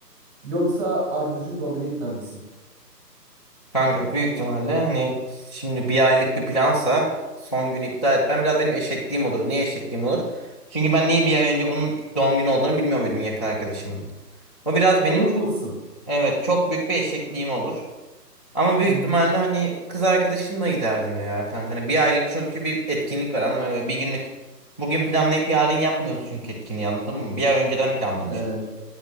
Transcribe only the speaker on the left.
Kanka büyük ihtimalle hani şimdi bir aylık bir plansa son günü iptal etmem biraz benim eşekliğim olur. Niye eşekliğim olur? Çünkü ben niye bir ay önce bunun doğum günü olduğunu bilmiyor muydum yakın arkadaşımın. O biraz
benim
çok, evet çok büyük bir eşekliğim olur. Ama büyük
ihtimalle hani kız arkadaşımla giderdim ya kanka. Hani bir aylık çünkü bir etkinlik var anladın mı? Böyle Bir günlük. Bugün planlayıp yarın yapmıyoruz çünkü etkinliği anladın mı? Bir ay önceden planlamışız.